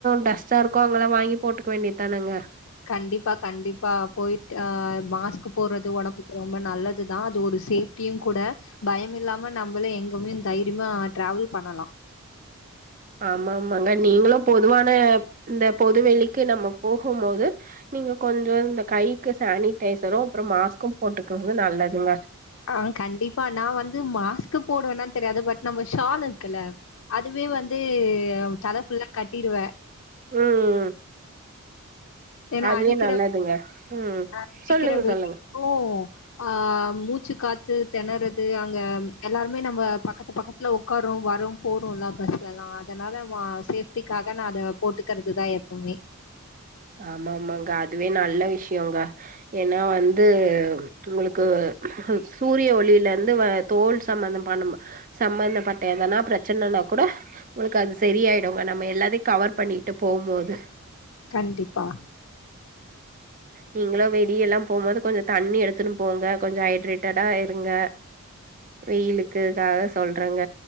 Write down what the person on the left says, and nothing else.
கண்டிப்பா கண்டிப்பா போயிட் ஆ மாஸ்க்கு போடுறது ஒடம்புக்கு ரொம்ப நல்ல துதா அது ஒரு சேஃப்டியுங் கூட. பயம் இல்லாம நம்பளே எங்கமே தைரியமா டிராவல் பண்ணலா.
ஆ கண்டிப்பா நா வந்து மாஸ்க்கு போடுவனான் தெரியாது பட் நம்ம ஷால் இருக்கல்ல அதுவே வந்து தல ஃபுல்லா கட்டிருவே
ஏன்னா
அடிக்கிற
அடிக்கிற
வெயிலுக்கு
ஆ மூச்சு காத்து தெணறது அங்க எல்லாருமே நம்ப பக்கத்து பக்கத்துல ஒக்காருவோ வரும் போறோம் எல்லா பஸ்ல எல்லா அதனால சேஃப்டிக்காக நா அத போட்டுக்கறதுதா எப்பவுமே
கண்டிப்பா